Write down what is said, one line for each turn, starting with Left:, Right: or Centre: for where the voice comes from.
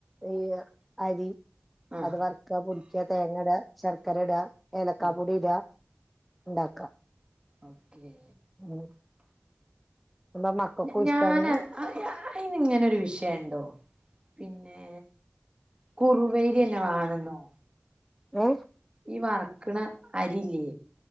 Centre: ഈ അരി
Right: ആഹ്
Centre: അത് വറക്കുക പൊടി ക്ക തേങ്ങടാ ശർക്കരടാ ഏലക്ക
Right: ആഹ്
Centre: പോടി ഇടാ ണ്ടാക്ക
Right: ഓക്കെ
Centre: ഉം മ്പ മക്കൾക്കും
Right: ഞ ഞാന്
Centre: ഇഷ്ടാണ്
Right: അ അ അയ്ന് ഇങ്ങനെ ഒരു വിഷയണ്ടോ പിന്നെ കുറുവ അരിന്നെ മാണംന്നോ
Centre: ഏ
Right: ഈ വറ്ക്ക്ണ അരി ഇല്ലേ?